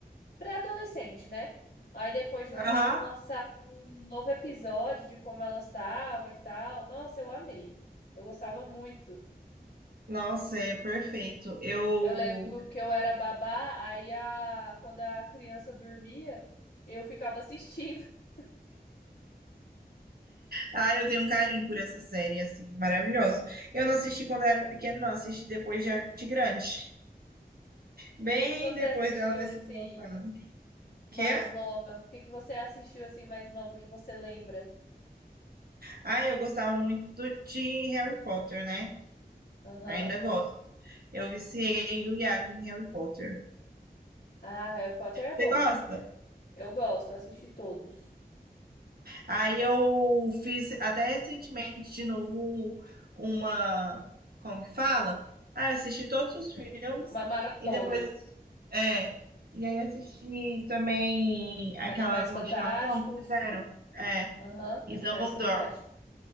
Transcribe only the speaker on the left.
pré-adolescente, né? Aí depois de
um tempo lançaram um novo episódio de como elas estavam e tal. Nossa, eu amei. Eu gostava muito.
Eu lembro que eu era babá, aí a... quando a criança dormia, eu ficava assistindo. <laughs>
É Muito
bom.
E o que que você
assistiu
assim
mais
nova? O que que você assistiu assim mais nova que você lembra?
Aham.
Ah, Harry Potter é bom.
Eu gosto, eu assisti todos.
Uma maratona.
Animais
Fantásticos.
Aham,
Animais
Fantásticos